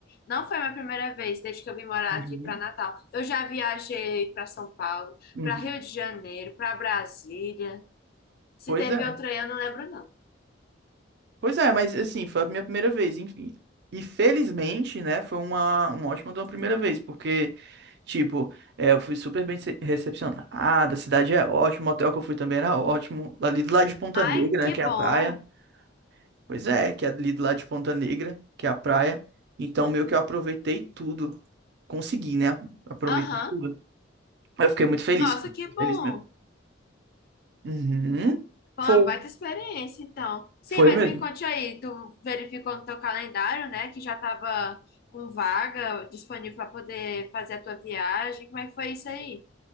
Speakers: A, on the left (about 50°); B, on the right (about 60°).
A: não foi a minha primeira vez desde que eu vim morar
B: Uhum,
A: aqui para Natal. Eu já viajei para São Paulo,
B: uhum.
A: para Rio de Janeiro, para Brasília. Se
B: Pois
A: teve
B: é.
A: outra aí, eu não lembro, não.
B: Pois é, mas assim, foi a minha primeira vez, enfim. E felizmente, né, foi uma, uma ótima de uma primeira vez, porque, tipo, é, eu fui super bem ce- recepcionado, a cidade é ótima, o hotel que eu fui também era ótimo, ali do lado de Ponta
A: Ai,
B: Negra,
A: que
B: né, que
A: bom.
B: é a praia. Pois é, que é ali do lado de Ponta Negra, que é a praia. Então, meio que eu aproveitei tudo, consegui, né, aproveitei
A: Aham.
B: tudo. Eu fiquei muito feliz,
A: Nossa, que bom.
B: feliz mesmo. Uhum.
A: Foi
B: Foi,
A: uma baita experiência, então. Sim,
B: foi
A: mas
B: mesmo.
A: me conte aí, tu verificou no teu calendário, né, que já tava com vaga disponível para poder fazer a tua viagem. Como é que foi isso aí?